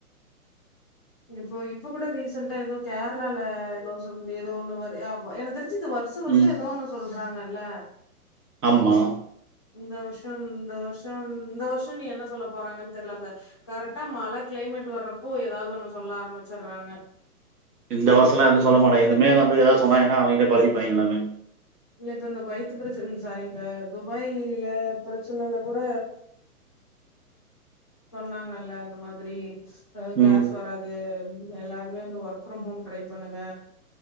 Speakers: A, on the left; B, on the right.
A: இப்போ இப்ப கூட ரீசெண்டா ஏதோ கேரளால ஏதோ சொ ஏதோ ஒண்ணு என தெரிச் வருஷம் வருசம்
B: ம்
A: ஏதோ ஒன்னு சொல் சொல்றாங்கல்ல
B: ஆமா
A: இந்த வருஷம் இந்த வருஷம் இந்த வருஷம் நீ என்ன சொல்ல போறாங்கன்னு தெரியல கரெக்டா மழ கிளைமேட் வர்றப்போ ஏதாவது ஒண்ணு சொல்ல ஆரம்பிச்சுடுறாங்க
B: இந்த வருசம்லாம் எதுவும் சொல்ல மாட்டாங்க எதுமே வந்து எதாவது சொன்னாங்க ஏன்னா அவுங்கிட்ட பழகிப்பாங்க எல்லாமே
A: இல்ல இப்ப இந்த கொயத்து பிரச்சனை இந்த சாரி இந்த துபாய்ல பிரச்சனைல கூட சொன்னாங்கல்ல இந்த மாதிரி ஹ கேஸ்
B: ம்.
A: வராது எல்லாருமே வந்து ஒர்க் ஃப்ரம் ஹோம் ட்ரை பண்ணுங்க